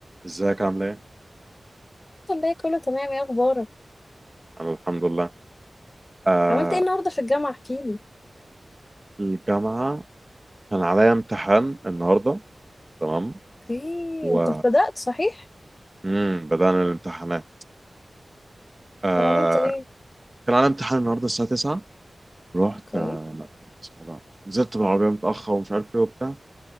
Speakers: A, on the right (about 20°); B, on the left (about 30°).
A: ازيك عامل ايه؟
B: الحمد لله كله تمام ايه اخبارك
A: انا الحمد لله آه
B: عملت ايه النهارده في الجامعه احكيلي
A: الجامعة كان عليا امتحان النهاردة تمام
B: اوكي
A: و
B: انت ابتدأت صحيح
A: مم. بدأنا الامتحانات آه
B: طب عملت ايه
A: كان عليا امتحان النهاردة الساعة 9 رحت
B: اوكي
A: آه... اسمه ده، نزلت بالعربية متأخر ومش عارف ايه وبتاع